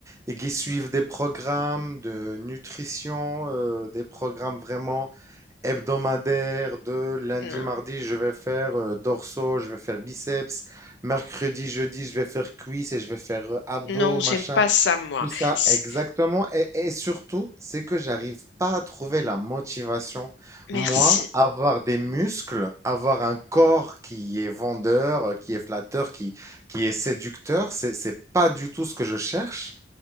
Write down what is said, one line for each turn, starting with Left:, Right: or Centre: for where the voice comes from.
Right: et qui suivent des programmes de nutrition, euh, des programmes vraiment hebdomadaires de lundi,
Left: Non,
Right: mardi, je vais faire euh, dorsaux, je vais faire biceps, mercredi, jeudi, je vais faire cuisses et je vais faire euh, abdos,
Left: non, j'aime
Right: machin.
Left: pas ça moi.
Right: Tout ça,
Left: C-
Right: exactement. Et, et surtout, c'est que j'arrive pas à trouver la motivation.
Left: Merci.
Right: Moi, avoir des muscles, avoir un corps qui est vendeur, euh, qui est flatteur, qui, qui est séducteur, c'est, c'est pas du tout ce que je cherche.